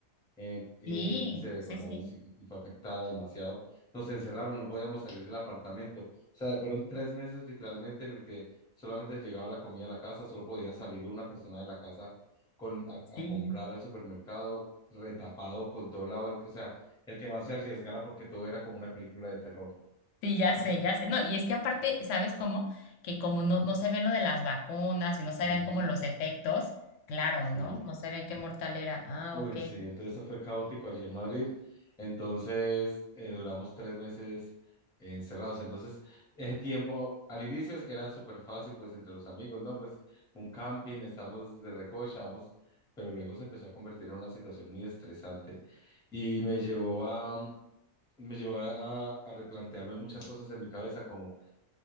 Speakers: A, in the centre; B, on the left (about 75°).
A: eh, eh,
B: Sí,
A: índice de
B: sí,
A: coronavirus
B: sí,
A: y, y fue afectada demasiado. Nos encerraron, no podíamos salir del apartamento. O sea, fueron tres meses literalmente en el que solamente llegaba la comida a la casa, solo podía salir una persona de la casa con, a,
B: sí.
A: a comprar al supermercado, retapado con todo lado, el, que- o sea, el que más se arriesgara porque todo era como una película de terror.
B: Sí, ya sé,
A: No sé.
B: ya sé. No, y es que aparte, ¿sabes cómo? Que como no, no sabían lo de las vacunas y no sabían
A: Ujú,
B: cómo los efectos, claro,
A: sí.
B: ¿no? No sabían qué mortal era. Ah,
A: Uy,
B: ok,
A: sí, entonces eso fue caótico allí en Madrid. Entonces eh, duramos tres meses encerrados. Entonces, ese tiempo al inicio era súper fácil, pues entre los amigos, ¿no? Pues un camping, estamos de recocha, vamos, pero luego se empezó a convertir en una situación muy estresante y me llevó a, me llevó a, a replantearme muchas cosas en mi cabeza, como